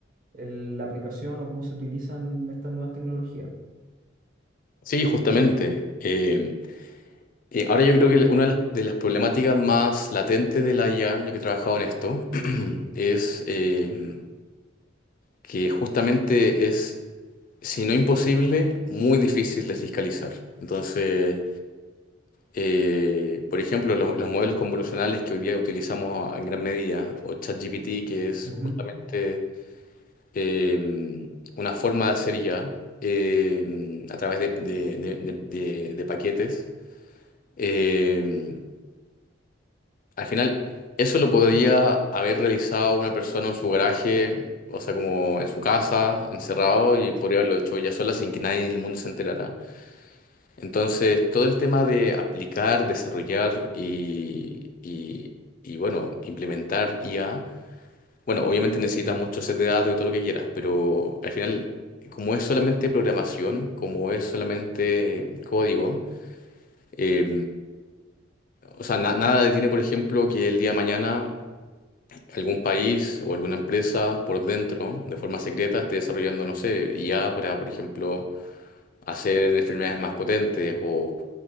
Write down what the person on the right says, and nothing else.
el- la aplicación o cómo se utilizan estas nuevas tecnologías.
Ujú,